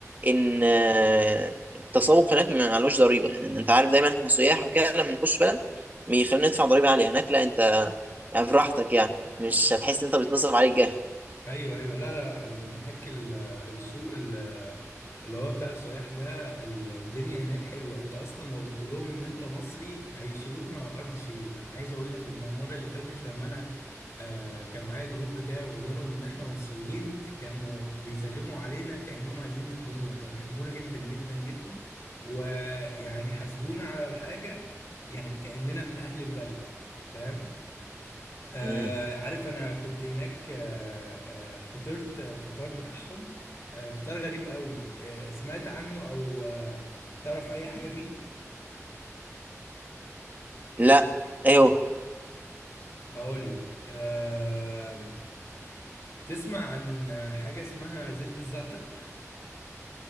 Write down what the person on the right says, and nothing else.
إن آه، التسوق هناك معلوش ضريبة يعني إن أنت عارف دايما إحنا سياح وكده لما نخش بلد بيخلينا ندفع ضريبة عالية هناك لا أنت يعني براحتك يعني مش هتحس إن أنت بتنصرف عليك جاه
مم.
لا أيوه